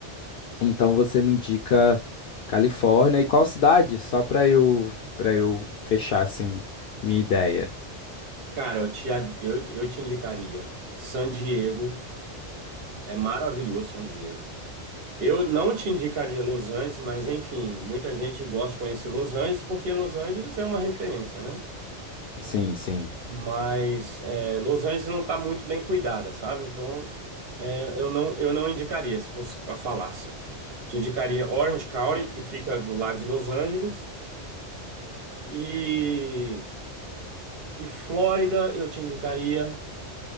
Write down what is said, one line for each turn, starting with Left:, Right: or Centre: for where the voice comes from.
Left: então você me indica Califórnia e qual cidade? Só para eu para eu fechar assim minha ideia.
Right: Cara, eu te, ad- eu, eu te indicaria San Diego. É maravilhoso San Diego. Eu não te indicaria Los Angeles, mas enfim, muita gente gosta de conhecer Los Angeles porque Los Angeles é uma referência, né?
Left: Sim, sim.
Right: Mas é, Los Angeles não está muito bem cuidada, sabe? Então é, eu não, eu não indicaria, se fosse para falar assim. Te indicaria Orange County, que fica do lado de Los Angeles, e, e Flórida eu te indicaria.